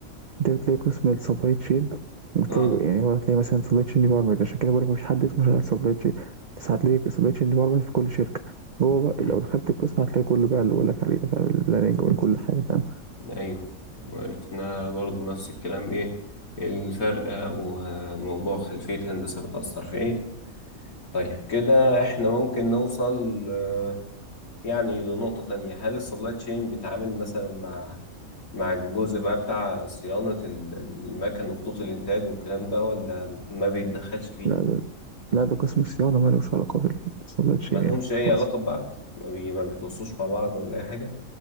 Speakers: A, on the right; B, on the left.
A: انت بتلاقي قسم السبلاي تشين بتلاقي
B: اه
A: يعني هو هتلاقي مثلا سبلاي تشين ديبارتمنت عشان كده بقولك مفيش حد اسمه شغال سبلاي تشين بس هتلاقي سبلاي تشين ديبارتمنت في كل شركه جوه بقى
B: امم
A: لو دخلت القسم هتلاقي كله بقى اللي بقولك عليه ده فاهم البلاننج وكل حاجه فاهم
B: ايوه عرفنا برضو نفس الكلام ايه الفرق وموضوع خلفية هندسة بتأثر في ايه طيب كده احنا ممكن نوصل آه، يعني لنقطة تانية هل السبلاي تشين بيتعامل مثلا مع مع الجزء بقى بتاع صيانة ال- المكن وخطوط الإنتاج والكلام ده ولا ما بيتدخلش فيه
A: لا ده لا ده قسم الصيانه مالوش علاقه بالسبلاي تشين
B: ما لهمش
A: يعني
B: أي
A: خالص
B: علاقة ببعض ما, بي... ما بيتواصلوش مع بعض ولا أي حاجة